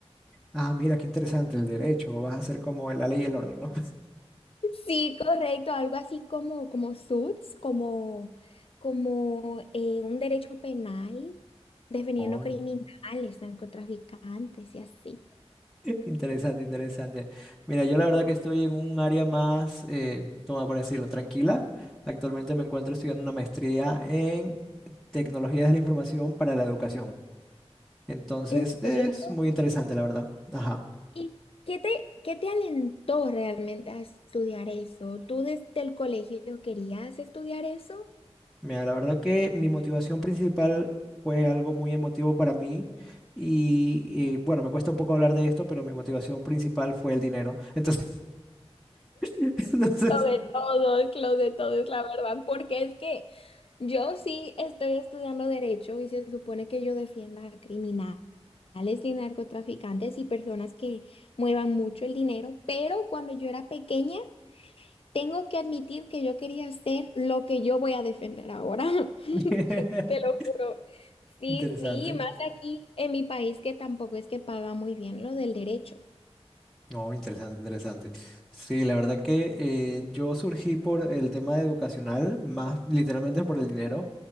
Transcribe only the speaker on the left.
Sí, correcto, algo así como, como suits, como, como eh, un derecho penal, defendiendo
criminales, narcotraficantes y así.
¿En serio?
¿Y qué te, qué te alentó realmente a estudiar eso? ¿Tú desde el colegio querías estudiar eso?
Lo de todos, lo de todos, la verdad, porque es que yo sí estoy estudiando derecho y se supone que yo defienda a criminales y narcotraficantes y personas que muevan mucho el dinero, pero cuando yo era pequeña, tengo que admitir que yo quería hacer lo que yo voy a defender ahora. <laughs>
Te lo juro. Sí,
sí, más aquí en mi país que tampoco es que paga muy bien lo del derecho.